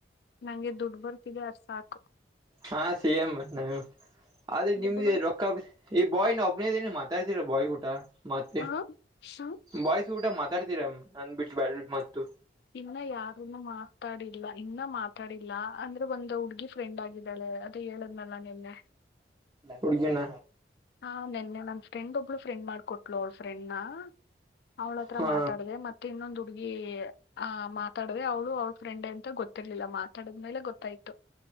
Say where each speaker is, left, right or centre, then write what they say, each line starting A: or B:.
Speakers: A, on the left; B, on the right.
A: ನಂಗೆ ದುಡ್ ಬರ್ತಿದೆ ಅರ್ಸಾಕ್
B: ಹಾ ಸಿ ಎಂ ನ ಆದ್ರೆ
A: ದುಡ್ಡು
B: ನಿಮಗೆ
A: ಬ
B: ರೊಕ್ಕಾ ಈ ಬಾಯ್ನ ಒಬ್ನೇದನ ಮಾತಾಡ್ತೀರ ಬಾಯ್ ಕೂಟ ಮತ್ತೆ
A: ಹ ಹ
B: ಬಾಯ್ಸ್ ಕೂಟ ರ್ತೀರ್ ನಂದ್ ಬಿಟ್ಟು ಬ ಮತ್ತ
A: ಇನ್ನ ಯಾರನು ಮಾತಾಡಿಲ್ಲ ಇನ್ನ ಮಾತಾಡಿಲ್ಲ ಅಂದ್ರೆ ಒಂದು ಹುಡ್ಗಿ ಫ್ರೆಂಡ್ ಆಗಿದ್ದಾಳೆ ಅದ ಹೇಳದ್ನಲ್ಲ ನಿನ್ನೆ
B: ಹುಡುಗಿನ
A: ಹಾ ನೆನ್ನೆ ನನ್ ಫ್ರೆಂಡ್ ಒಬ್ಳ ಫ್ರೆಂಡ್ ಮಾಡ್ಕೊಟ್ಳ ಅವ್ಳ ಫ್ರೆಂಡ್ ನ ಅವ್ಳ ಹತ್ರ
B: ಹಾ
A: ಮಾತಾಡ್ದ ಮತ್ತೆ ಇನ್ನೊಂದು ಹಗಿ ಆ್ ಮಾತಾಡದೆ ಅವ್ಳು ಅವಳ ಫ್ರೆಂಡ್ ಅಂತ ಗೊತ್ತಿರ್ಲಿಲ್ಲ ಮಾತಾಡಿದ ಮೇಲೆ ಗೊತ್ತಾಯ್ತು